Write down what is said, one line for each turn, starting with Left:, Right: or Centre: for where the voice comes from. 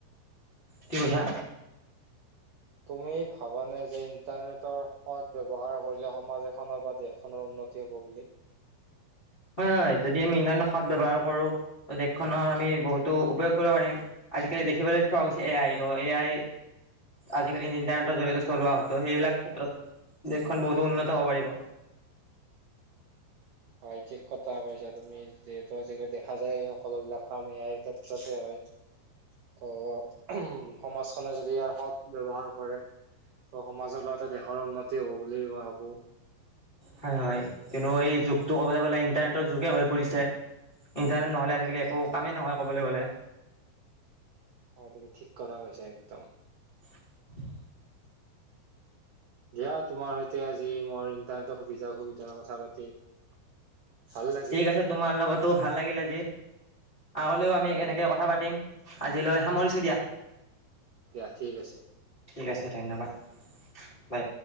Left: কি কৈছা?
Right: তুমি ভাবানে যে ইন্টাৰনেটৰ সদ ব্যৱহাৰ কৰিলে সমাজ এখনৰ বা দেশখনৰ উন্নত টি হ'ব বুলি?
Left: <inaudible> হয় হয় যদি আমি ইন্টাৰনেট সদ ব্যৱহাৰ কৰো ত দেশখনৰ আমি বহুতো উপয়োগ কৰিব পাৰিম। আজিকালি দেখিবলৈ ফ্ৰ হৈছে A I to A I. আজিকালি ইন্টাৰনেটৰ জৰিয়তে চলোৱা হয় তো সেইবিলাক ক্ষেত্ৰত দেশখন বহুতো উন্নত হ'ব পাৰিব।
Right: হয় ঠিক কথা কৈছা তুমি যিহেতু আজিকালি দেখা যায় এই সকলো বিলাক কাম এয়াইৰ ক্ষেত্ৰতে হয়। ত উ সমাজখনে যদি ইয় সৎ ব্যৱহাৰ কৰে ত' সমাজৰ লগতে দেশৰ উন্নতি হব বুলি মই ভাবো।
Left: হয় হয় কিন্তু এই যুগটো ক'বলে গলে ইন্টাৰনেটৰ যে হৈ পৰিছে। ইণ্টাৰ নহ'লে আজিকালি একো
Right: হয়তো
Left: কামেই নহয় ক'বলে গ'লে।
Right: অ তুমি ঠিক কথা কৈছা একদম।
Left: <inaudible>
Right: দিয়া তোমাৰ সৈতে আজি মোৰ ইণ্টাৰনেটৰ সুবিধা অসুবিধাৰ কথা পাতি ভাল লাগিল
Left: ঠিক আছে তোমাৰ লগতো ভাল লাগিল আজি। আগলৈও আমি
Right: হয়
Left: এনেকে
Right: হয়
Left: কথা পাতিম আজিলৈ সামৰিছো দিয়াঁ।
Right: দিয়া ঠিক আছে।
Left: ঠিক আছে ধন্যবাদ বাই।